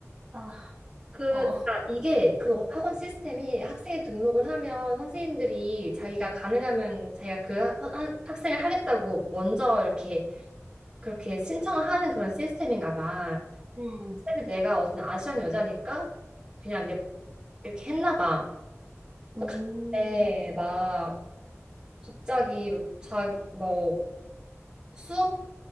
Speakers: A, on the right; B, on the right.
A: 아,
B: 그,
A: 어,
B: 그러니까 이게 그 학원 시스템이 학생이 등록을 하면 선생님들이 자기가 가능하면 자기가 그 하- 하- 학생을 하겠다고 먼저 이렇게 그렇게 신청을 하는 그런 시스템인가 봐.
A: 응,
B: 시이 내가 어쨌 아시안 여자니까 그냥 내 이렇게 했나 봐. 그래서
A: 응
B: 갔는데 막 갑자기 뭐 자기 뭐 수업